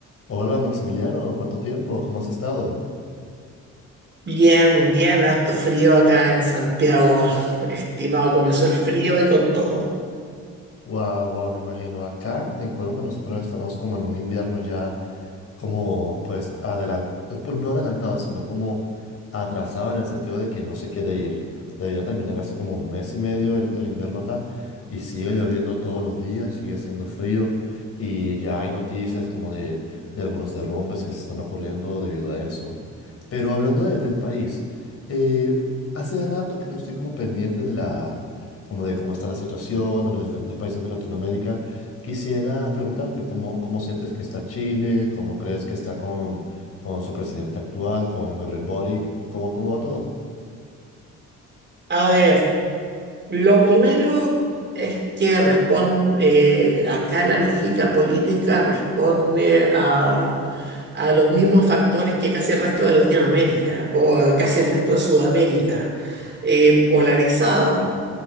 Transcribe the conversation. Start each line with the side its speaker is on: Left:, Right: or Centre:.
Left: Hola Maximiliano, ¿cuánto tiempo? ¿Cómo has estado?
Right: Bien, bien, harto frío acá en Santiago, <laughs> estimado. Comenzó el frío y con todo.
Left: Guau, guau, me imagino. Acá en Colombia nosotros estamos como en un invierno ya como pues adelantado, pues no adelantado, sino como atrasado en el sentido de que no se quiere ir. Debía terminar hace como un mes y medio el, el invierno acá y sigue lloviendo todos los días, sigue haciendo frío y ya hay noticias como de, de algunos derrumbes que se están ocurriendo debido a eso. Pero hablando de- del país, eh, hace rato que no estoy como pendiente de la... como de cómo está la situación en los diferentes países de Latinoamérica. Quisiera preguntarte cómo, cómo sientes que está Chile, cómo crees que está con, con su presidente actual, con Gabriel Boric, cómo, cómo va todo.
Right: A ver, Lo primero es que responde, eh, acá la lógica política responde a, a los mismos factores que casi el resto de Latinoamérica o a casi el resto de Sudamérica, eh, polarizada,